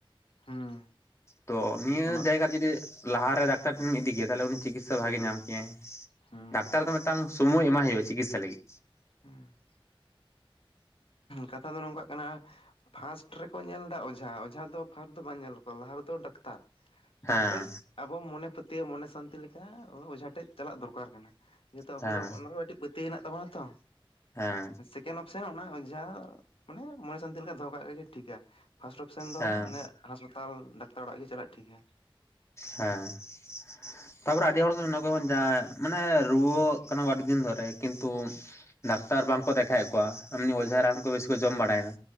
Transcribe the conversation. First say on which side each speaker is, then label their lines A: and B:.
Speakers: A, on the left; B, on the left.
A: ᱦᱩᱸ
B: ᱛᱚ ᱱᱤᱭᱟᱹ
A: ᱚᱱᱟ
B: ᱡᱟᱭᱜᱟ ᱨᱮ ᱡᱩᱫᱤ ᱞᱟᱦᱟᱨᱮ ᱰᱟᱠᱛᱟᱨ ᱴᱷᱮᱱᱮᱢ ᱤᱫᱤ ᱠᱮᱭᱟ, ᱛᱟᱦᱚᱞᱮ ᱩᱱᱤ ᱪᱤᱠᱤᱥᱟ ᱵᱷᱟᱜᱮ ᱧᱟᱢ ᱠᱮᱟᱭ᱾
A: ᱦᱩᱸ
B: ᱰᱟᱠᱛᱟᱨ ᱫᱚ ᱢᱮᱴᱟᱝ ᱥᱚᱢᱚᱭ ᱮᱢᱟᱭ ᱦᱩᱭᱩᱜᱼᱟ, ᱪᱤᱠᱤᱥᱟ ᱞᱟᱹᱜᱤᱫ᱾
A: ᱦᱩᱸ ᱠᱟᱛᱷᱟ ᱫᱚ ᱱᱚᱝᱠᱟᱜ ᱠᱟᱱᱟ ᱯᱷᱟᱥᱴ ᱨᱮᱠᱚ ᱧᱮᱞᱫᱟ ᱚᱡᱷᱟ, ᱚᱡᱷᱟ ᱫᱚ ᱯᱷᱟᱥᱴ ᱫᱚ ᱵᱟᱝ ᱧᱮᱞ ᱠᱚᱣᱟ ᱞᱟᱦᱟ ᱨᱮᱫᱚ ᱰᱟᱠᱛᱟᱨ᱾ ᱛᱟᱯᱚᱨᱮ,
B: ᱦᱮᱸ
A: ᱟᱵᱚ ᱢᱚᱱᱮ ᱯᱟᱹᱛᱭᱟᱹᱣ ᱢᱚᱱᱮ ᱥᱟᱹᱱᱛ ᱛᱤ ᱞᱮᱠᱟ ᱚᱡᱷᱟ ᱴᱷᱮᱡ ᱪᱟᱞᱟᱜ ᱫᱚᱨᱠᱟᱨ ᱠᱟᱱᱟ᱾ ᱡᱮᱛᱚ ᱟᱵᱚ
B: ᱦᱮᱸ
A: ᱫᱚ ᱚᱱᱟ ᱨᱮ ᱟᱹᱰᱤ ᱯᱟᱹᱛᱤᱭ ᱦᱮᱱᱟᱜ ᱛᱟᱵᱚᱱᱟ ᱛᱚ᱾
B: ᱦᱮᱸ
A: ᱥᱮᱠᱮᱱ ᱚᱯᱷᱥᱮᱱ ᱚᱱᱟ ᱚᱡᱷᱟ ᱢᱟᱱᱮ ᱢᱚᱱᱮ ᱥᱟᱱᱛᱤ ᱞᱮᱠᱟ ᱫᱚᱦᱚ ᱠᱟᱜ ᱜᱮ ᱴᱷᱤᱠᱟ ᱾ ᱯᱷᱟᱥᱴ ᱚᱯᱷᱥᱮᱱ ᱫᱚ,
B: ᱦᱮᱸ
A: ᱢᱟᱱᱮ ᱦᱟᱸᱥᱯᱟᱛᱟᱞ ᱰᱟᱠᱛᱟᱨ ᱚᱲᱟᱜ ᱜᱮ ᱪᱟᱞᱟᱜ ᱴᱷᱤᱠᱟ᱾
B: ᱦᱮᱸ ᱾ ᱛᱟᱯᱚᱨ ᱟᱹᱰᱤ ᱦᱚᱲ ᱜᱮ ᱢᱮᱱᱟᱜ ᱠᱚᱣᱟ ᱡᱟᱭ ᱢᱟᱱᱮ ᱨᱩᱣᱟᱹ ᱠᱟᱱᱟ ᱠᱚ ᱟᱹᱰᱤ ᱫᱤᱱ ᱫᱷᱚᱨᱮ ᱠᱤᱱᱛᱩ ᱰᱟᱠᱛᱟᱨ ᱵᱟᱝ ᱠᱚ ᱫᱮᱠᱷᱟᱭᱮᱫ ᱠᱚᱣᱟ ᱮᱢᱱᱤ ᱚᱡᱷᱟ ᱨᱟᱱ ᱠᱚ ᱵᱮᱥᱤ ᱠᱚ ᱡᱚᱢ ᱵᱟᱲᱟᱭᱫᱟ,